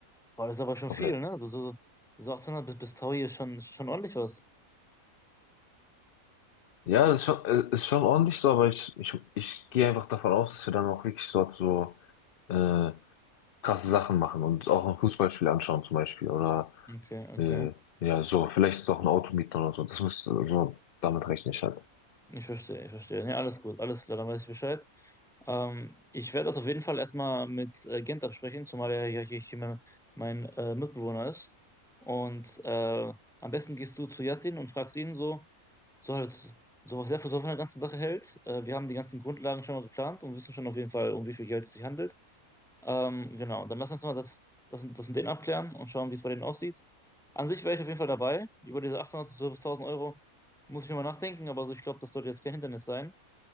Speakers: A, in the centre; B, on the left.
A: Boah, das ist aber schon
B: Komplett.
A: viel, ne? So, so, so 800 bis, bis 1000 ist schon, schon ordentlich was.
B: Ja, das ist schon, äh, ist schon ordentlich so, aber ich, ich, ich gehe einfach davon aus, dass wir dann auch wirklich dort so äh, krasse Sachen machen und auch ein Fußballspiel anschauen zum Beispiel oder
A: Okay, okay.
B: äh, ja, so, vielleicht ist auch ein Auto mieten oder so. Das müsste, so damit rechne ich halt.
A: Ich verstehe, ich verstehe. Nee, alles gut, alles klar, dann weiß ich Bescheid. Ähm, ich werde das auf jeden Fall erstmal mit äh, Gent absprechen, zumal er ja hier, hier mein, mein äh, Mitbewohner ist. Und äh, am besten gehst du zu Yassin und fragst ihn so, so halt, so was er für so von der ganzen Sache hält. Äh, wir haben die ganzen Grundlagen schon mal geplant und wissen schon auf jeden Fall, um wie viel Geld es sich handelt. Ähm, genau, dann lass uns mal das, das, das mit denen abklären und schauen, wie es bei denen aussieht. An sich wäre ich auf jeden Fall dabei. Über diese 800 bis tausend Euro muss ich nochmal nachdenken, aber so, ich glaube, das sollte jetzt kein Hindernis sein.